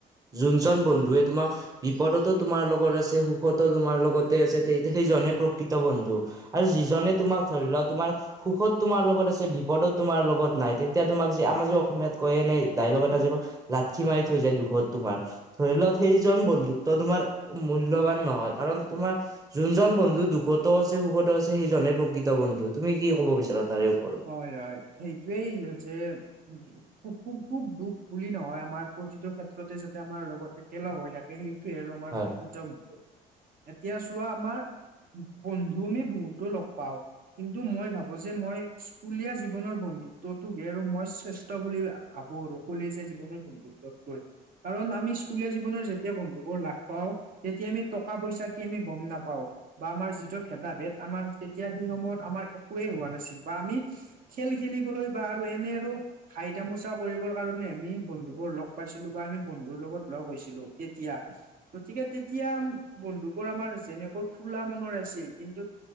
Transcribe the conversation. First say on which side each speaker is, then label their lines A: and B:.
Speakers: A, on the right; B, on the right.
A: যোনজন বন্ধুৱে তোমাক বিপদতো তোমাৰ লগত আছে সুখতো তোমাৰ লগতে আছে তে সেইজনে প্ৰকৃত বন্ধু। আৰু যিজনে
B: হয়।
A: তোমাক ধৰি লোৱা তোমাৰ সুখত তোমাৰ লগত আছে বিপদত তোমাৰ লগত- নাই তেতিয়া তোমাক যে আমাৰ যে অসমীয়াত কয় এনে ডাইলগ এটা যে কয় লাঠি মাৰি থৈ যায় দুখত তোমাৰ- ধৰি লও সেইজন বন্ধুত্ব তোমাৰ মূল্যৱান নহয়, কাৰণ তোমাৰ- যোনজন বন্ধু দুখতো আছে সুখতো আছে সেইজনেে প্ৰকৃত বন্ধু। তুমি কি ক'ব বিচাৰা তাৰে ওপৰত?
B: হয় হয়, সেইটোৱেই যে- সু সু সুখ দুখ বুলি নহয় আমাৰ প্ৰতিটো ক্ষেত্ৰতে যাতে আমাৰ লগতে- একেলগ হৈ থাকে সেইটোৱে আৰু আমাৰ
A: হয়
B: প্ৰকৃত বন্ধু। এতিয়া চোৱা- আমাৰ বন্ধু আমি বহুতো লগ পাওঁ, কিন্তু মই ভাবো যে মই- কুলীয়া জীৱনৰ বন্ধুত্বটো বে আৰু মই শ্ৰেষ্ঠ বুলি ভাবো আৰু কলেজীয়া জীৱনৰ বন্ধুত্ব- কাৰণ, আমি স্কুলীয়া জীৱনৰ যেতিয়া বন্ধুবোৰ লাগ পাওঁ- তেতিয়া আমি টকা পইচা কি আমি গম নাপাওঁ, বা আমাৰ যিটো ভেদা ভেদ আমাৰ- তেতিয়া সেই সময়ত আমাৰ একোৱেই হোৱা নাছিল বা আমি খেল খেলিবলৈ বা আৰু এনে আৰু- হাইটামোচা কৰিবৰ কাৰণে আমি বন্ধু বোৰ লগ পাইছিলো বা আমি বন্ধুৰ লগত লগ হৈছিলো তেতিয়া। গতিকে, তেতিয়া বন্ধুবোৰ আমাৰ যেনেকৈ খোলা মনৰ আছিল, কিন্তু-